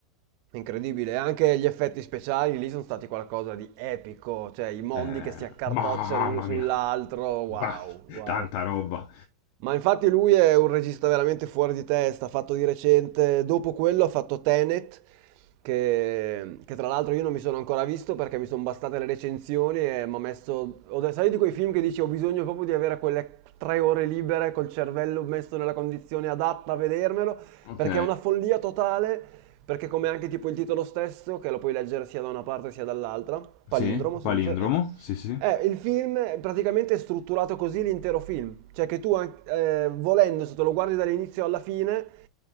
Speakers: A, on the right; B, on the left.
A: Incredibile, anche gli effetti speciali lì sono stati qualcosa di epico, cioè i mondi
B: Eh,
A: che si accartocciano
B: mamma
A: uno sull'altro,
B: mia,
A: wow,
B: bah,
A: wow.
B: tanta roba.
A: Ma infatti lui è un regista veramente fuori di testa, ha fatto di recente, dopo quello ha fatto Tenet, che, che tra l'altro io non mi sono ancora visto perché mi sono bastate le recensioni e mi ha messo... ho de- Sai di quei film che dici ho bisogno proprio di avere quelle tre ore libere col cervello messo nella condizione adatta a vedermelo,
B: Ok,
A: perché è una follia totale, perché come anche tipo il titolo stesso, che lo puoi leggere sia da una parte sia dall'altra, palindromo
B: Sì,
A: si
B: palindromo,
A: dice, eh,
B: sì, sì.
A: eh, il film praticamente è strutturato così l'intero film, cioè che tu an- eh, volendo se te lo guardi dall'inizio alla fine